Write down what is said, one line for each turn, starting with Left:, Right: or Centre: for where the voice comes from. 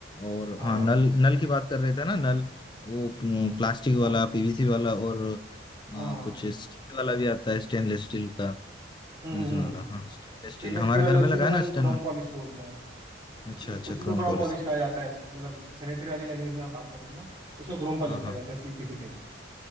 Left: और
Right: हाँ
Left: हाँ नल
Right: हाँ,
Left: नल
Right: वही।
Left: की बात कर रहे थे ना नल वो प- प्लास्टिक
Right: हम्म,
Left: वाला
Right: अब-
Left: पीवीसी वाला और आ,
Right: हाँ
Left: कुछ स्टील वाला भी आता है स्टेनलेस स्टील का
Right: हम्म
Left: मैंने सुना था हाँ स्टेनलेस
Right: स्टेनलेस
Left: स्टील हमारे
Right: स्टील वाले
Left: घर
Right: उसी
Left: में लगा
Right: को अपन
Left: है ना स्टेन
Right: क्रोम पॉलिश बोलते हैं उस,
Left: अच्छा
Right: उस,
Left: अच्छा
Right: उसी को
Left: क्रोम
Right: क्रोम
Left: पॉलिश
Right: पॉलिश कहा जाता है मतलब सैनिटरी वाली लैंग्वेज में आप बात करोगे ना तो उसको क्रोम पॉलिश
Left: हाँ हाँ
Right: कहा जाता है सीपी फिटिंग